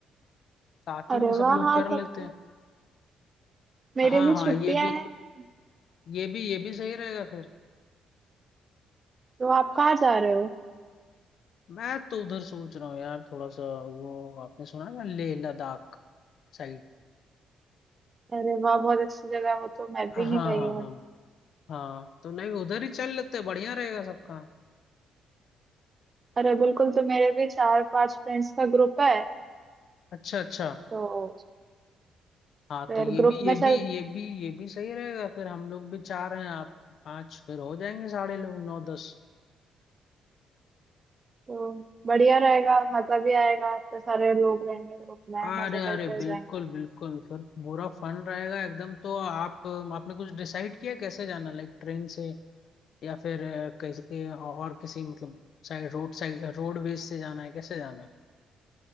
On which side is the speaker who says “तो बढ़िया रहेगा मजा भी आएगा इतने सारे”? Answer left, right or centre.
Right